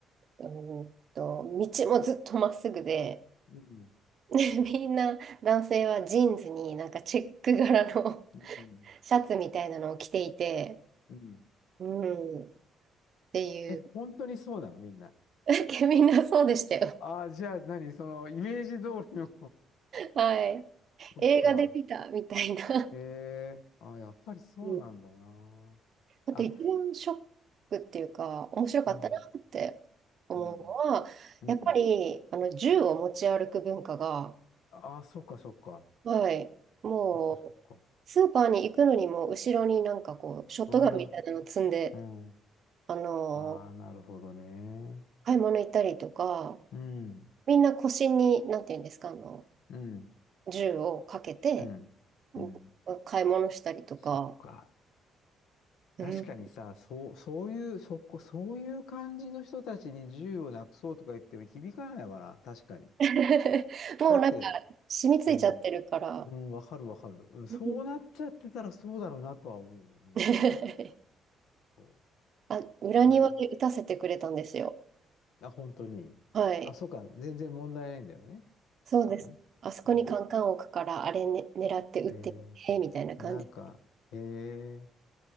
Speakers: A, on the right; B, on the left.
A: うーんと、道もずっとまっすぐで、
B: うん。
A: <laughs> みんな男性はジーンズになんかチェック柄の <laughs>
B: うん。
A: シャツみたいなのを着ていて、
B: うんうん
A: うん、っていう、
B: え、本当にそうなのみんな。
A: <laughs> みんなそうでしたよ。
B: ああ、じゃあ何その、イメージ通りの
A: はい。
B: <laughs> そっか。
A: 映画で見たみたいな。
B: ええー。ああ、やっぱりそうなんだな。
A: うんあと一番ショッ
B: あ、
A: クっていうか、面白かったなって思うのは、
B: うん。うん。うん。
A: やっぱりあの銃を持ち歩く文化が、
B: ああ、そっかそっか。
A: はい。もう、
B: そっかそっか。
A: スーパーに行くのにも、後ろになんかこう、ショットガンみたいなの積んで、
B: わあ。うん。
A: あのー
B: ああ、なるほどね。
A: 買い物行ったりとか、
B: うん。
A: みんな腰に、なんていうんですか、あの、
B: うん。
A: 銃をかけて、
B: うん。
A: うん
B: うん。
A: 買い物したりとか、
B: そっか。
A: うん
B: 確かにさ、そう、そういう、そこ、そういう感じの人たちに銃をなくそうとか言っても響かないわな。確かに。
A: <laughs> もうなんか、
B: だって、
A: 染みついちゃってるから、
B: うん。うん、わかるわかる。うんそうなっちゃってたらそうだろうなとは思う。
A: うん
B: うん。
A: <laughs>
B: そ
A: あ、裏庭で打たせてくれたんですよ。
B: う。ねえ。あ、本当に。
A: はい。
B: あ、そうか。全然問題ないんだよね。
A: そうです。
B: きっとね。
A: あそこにカンカン置くから、
B: うん。
A: あれ、ね、狙って打ってみて、
B: えー、
A: みたいな感じ。
B: なんか、えー、